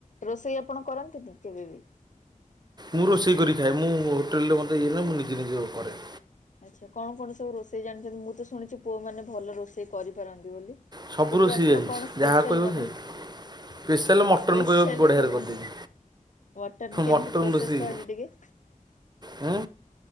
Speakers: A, on the left (about 60°); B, on the right (about 30°).
A: ରୋଷେଇ ଆପଣ କରନ୍ତିନି କେବେ ବି?
B: ମୁଁ ରୋଷେଇ କରିକି ଖାଏ ମୁଁ ହୋଟେଲ ରେ ମୋତେ ଇଏ ନୁହେଁ ମୁଁ ନିଜେ ନିଜେ କରେ।
A: ଆଚ୍ଛା କଣ କଣ ସବୁ ରୋଷେଇ ଜାଣିଚନ୍ତି ମୁଁ ତ ଶୁଣିଚି ପୁଅ ମାନେ ଭଲ ରୋଷେଇ କରିପାରନ୍ତି ବୋଲି।
B: ସବୁ
A: ଫିର୍ବି
B: ରୋଷେଇ
A: ଆପଣ
B: ଜାଣିଛି
A: କଣ ସ୍ପେଶାଲ
B: ଯାହା କହିବ
A: ବନାନ୍ତି?
B: ସେ ସ୍ପେଶାଲ ମଟନ୍
A: ସ୍ପେଶାଲରେ
B: କହିବ ବଢ଼ିଆରେ
A: କଣ
B: କରିଦେବି
A: ବନାନ୍ତି? ମଟନ୍ କେମିତି
B: ମଟନ୍
A: ପ୍ରୋସେସ
B: ରୋଷେଇ
A: କହିଲେ ଟିକେ?
B: ହୁଁ।